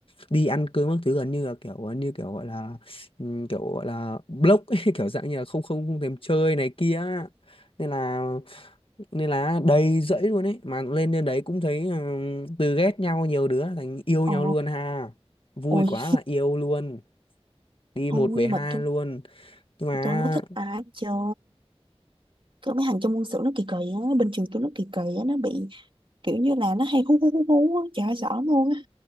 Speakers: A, on the left; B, on the right.
A: đi ăn cơm các thứ gần như là kiểu như kiểu gọi là ừm, kiểu gọi là block ấy, <laughs> kiểu dạng như là không không không thèm chơi này kia á. nên là nên là đầy rẫy luôn ấy mà lên đến đấy cũng thấy ừm, từ ghét nhau nhiều đứa thành yêu
B: Ờ,
A: nhau luôn ha vui
B: ôi
A: quá là yêu luôn đi
B: không
A: một về
B: nhưng
A: hai
B: mà tôi
A: luôn nhưng mà
B: tôi không có thích ai hết trơn Có mấy thằng trong quân sự nó kỳ kỳ á Bên trường tôi nó kỳ kỳ á Nó bị kiểu như là nó hay hú hú hú hú á Trời ơi sợ lắm luôn á